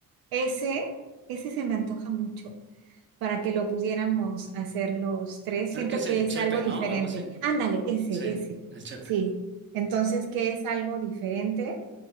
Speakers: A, on the right; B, on the right.
A: Ese, ese se me antoja mucho para que lo pudiéramos hacer los tres.
B: Creo
A: Siento
B: que es
A: que
B: el
A: es
B: Chepe,
A: algo
B: ¿no?
A: diferente.
B: O algo así.
A: Ándale, ese,
B: Sí,
A: ese.
B: el Chepe,
A: Sí. Entonces, que es algo diferente?